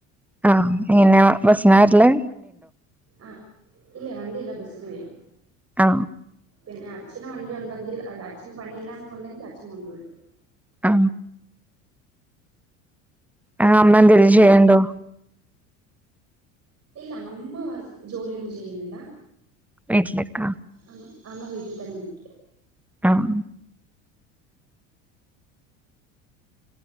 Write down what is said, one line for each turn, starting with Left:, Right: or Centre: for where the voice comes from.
Centre: ആ എങ്ങന ബസ്സിനാ വരല്ല്?
Right: അ. ഇല്ല വണ്ടി ഇല്ല ബസ്സിന് വരും.
Centre: ആ
Right: പിന്നെ അച്ഛന് വണ്ടി ഉണ്ടെങ്കിൽ അല്ല അച്ഛന് പണിയില്ലാന്നുണ്ടെങ്കിൽ അച്ഛന് കൊണ്ടു വിടും
Centre: ആ ആ അമ്മ എന്തെങ്കിലും ചെയ്യുന്നുണ്ടോ?
Right: ഇല്ല അമ്മ വർക്ക് ജോലിയൊന്നും ചെയ്യുന്നില്ല.
Centre: വീട്ടിലിരിക്ക
Right: അമ് അമ്മ വീട്ടിൽ തന്നെ നിക്ക്യാ
Centre: ആഹ്